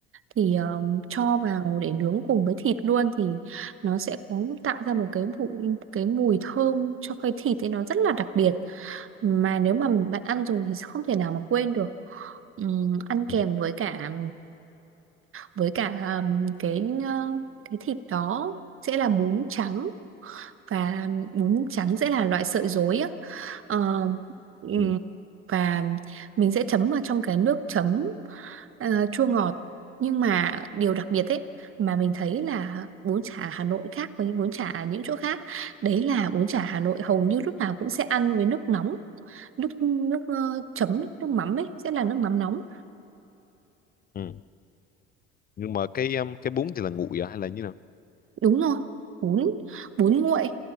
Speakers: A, on the right; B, on the left.
A: thì um, cho
B: ừ,
A: vào để nướng cùng với thịt luôn thì nó sẽ có tạo ra một cái mùi, cái mùi thơm cho cái thịt ấy nó rất là đặc biệt mà nếu mà bạn ăn rồi thì sẽ không thể nào mà quên được Ừm, ăn kèm
B: ừ,
A: với cả với cả um, cái uh, cái thịt đó sẽ là bún trắng và bún trắng sẽ là loại sợi rối á. Ờ, ừm,
B: ừ.
A: và mình sẽ chấm vào trong cái nước chấm ờ, chua ngọt nhưng mà điều đặc biệt ấy mà mình thấy là bún chả Hà Nội khác với bún chả ở những chỗ khác đấy là bún chả Hà Nội hầu như lúc nào cũng sẽ ăn với nước nóng nước nước ờ, chấm ấy, nước mắm ấy sẽ là nước mắm nóng
B: ừ. nhưng mà cái um, cái bún thì là nguội à hay là như nào
A: đúng rồi bún bún nguội